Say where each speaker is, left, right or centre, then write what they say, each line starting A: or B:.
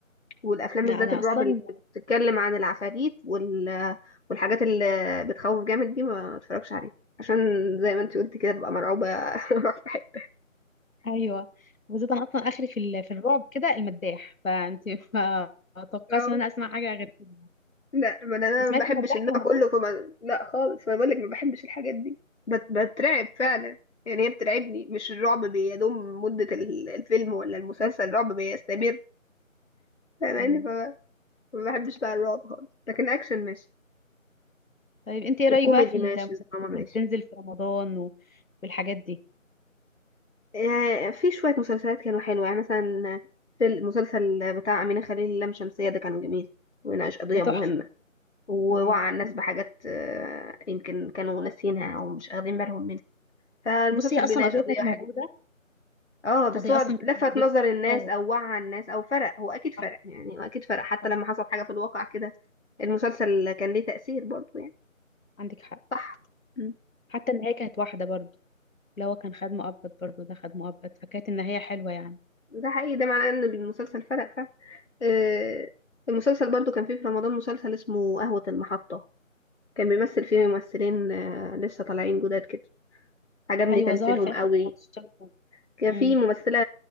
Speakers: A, on the left; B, on the left.
A: والأفلام
B: انا
A: بالذات
B: أنا
A: الرعب
B: اصلا
A: اللي بتتكلم عن العفاريت وال... والحاجات اللي بتخوف جامد دي ما بتفرجش عليها عشان زي ما انت قلت كده ببقى مرعوبة <laughs> اروح في حتة
B: ايوه وبالذات انا اصلا اخري في ال- في الرعب كده المداح فانت <laughs> ما اتوقعش
A: اه
B: ان انا اسمع حاجه غير كده
A: لا ما انا أنا
B: سمعت
A: ما بحبش
B: المداح
A: النوع
B: في رمضان
A: كله فما لا خالص ما بقولك ما بحبش الحاجات دي بت... بترعب فعلا يعني هي بترعبني مش الرعب بيدوم مدة ال- الفيلم ولا المسلسل الرعب بيستمر فاهماني
B: مم.
A: فما ما بحبش بقى الرعب خالص لكن اكشن ماشي
B: طيب انت ايه
A: وكوميدي
B: رايك بقى في
A: ماشي
B: المسلسلات
A: ودراما ماشي
B: اللي بتنزل في رمضان و- والحاجات دي
A: آه في شوية مسلسلات كانوا حلوة يعني مثلا في المسلسل بتاع أمينة خليل اللام شمسية ده كان جميل وناقش قضية
B: ده تحفه
A: مهمة ووعى
B: مم.
A: الناس بحاجات آه، يمكن كانوا ناسينها أو مش واخدين بالهم منها فالمسلسل
B: بصي هي اصلا
A: بيناقش
B: القضيه
A: قضية
B: كانت موجوده
A: حلوة اه
B: القضيه
A: بس هو
B: اصلا كانت
A: لفت
B: موجوده
A: نظر الناس
B: اه
A: او وعى الناس او فرق هو اكيد فرق
B: صح
A: يعني هو اكيد فرق حتى
B: صح
A: لما حصل حاجة في الواقع كده المسلسل كان ليه تأثير برضو يعني
B: عندك حق
A: صح مم.
B: حتى النهايه كانت واحده برضو اللي هو كان خد مؤبد برضو ده خد مؤبد فكانت النهايه حلوه يعني
A: ده حقيقي ده معناه ان المسلسل فرق فعلا آه، المسلسل برضو كان فيه في رمضان مسلسل اسمه قهوة المحطة كان بيمثل فيه ممثلين آه، لسه طالعين جداد كده عجبني
B: ايوه
A: تمثيلهم
B: ظهر في اخر
A: قوي
B: 15 سنه
A: كان
B: امم
A: في ممثلة